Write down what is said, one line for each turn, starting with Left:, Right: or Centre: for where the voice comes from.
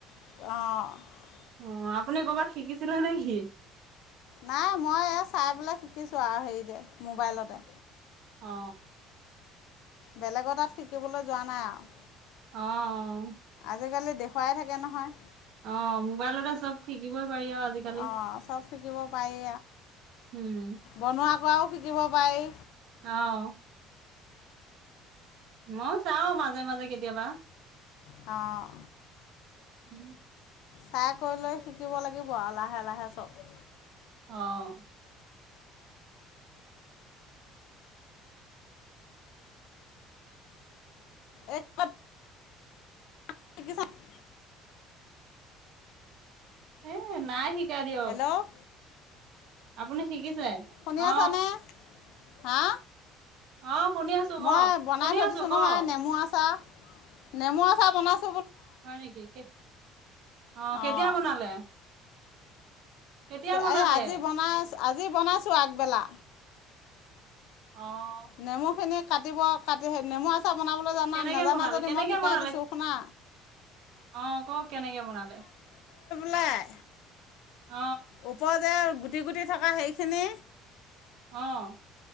Left: অঁ।
Right: অঁ। আপুনি কৰ'বাত শিকিছিলে নেকি?
Left: নাই, মই চাই পেলাই শিকিছো আৰু হেৰিতে মোবাইলতে।
Right: অ।
Left: বেলেগৰ তাত শিকিবলৈ যোৱা নাই আৰু।
Right: অঁ।
Left: আজিকালি দেখুৱাই থাকে নহয়।
Right: অঁ, মোবাইলতে চব শিকিবই পাৰি আৰু আজিকালি।
Left: অ' চব শিকিব পাৰি
Right: উম,
Left: বনোৱা কৰাও শিকিব পাৰি।
Right: অঁ মইও চাও মাজে-মাজে কেতিয়াবা।
Left: অ',
Right: উম।
Left: চাই কৰি লৈ শিকিব লাগিব আৰু লাহে লাহে চব।
Right: অ।
Left: এক। <unintelligible>
Right: হে এ নাই শিকাই দিয়ক।
Left: হেল্ল'
Right: আপুনি শিকিছে
Left: শুনি
Right: অ।
Left: আছানে হা।
Right: অ। শুনি আছো
Left: মই
Right: কওক,
Left: বনাই
Right: শুনি
Left: থৈ
Right: আছো
Left: দিছো
Right: কওক।
Left: নহয় নেমু আচাৰ। নেমু আ চাহ বনাইছ।
Right: হয় নেকি কে? অ কেতিয়া
Left: অঁ
Right: বনালে? কেতিয়া
Left: এই
Right: বনালে?
Left: আজি বনাই আজি বনাইছো আগবেলা।
Right: অ',
Left: নেমু খিনি কাটিব কাটি নেমু আছে। পা বনাবলৈ জানা
Right: কেনেকে
Left: নাজানা
Right: বনালে?
Left: যদি
Right: কেনেকে
Left: মই শিকাই
Right: বনালে?
Left: দিছো শুনা।
Right: অ কওক কেনেকে বনালে?
Left: লাই।
Right: অ',
Left: উপৰতে গুটি গুটি থকা সেইখিনি।
Right: অ।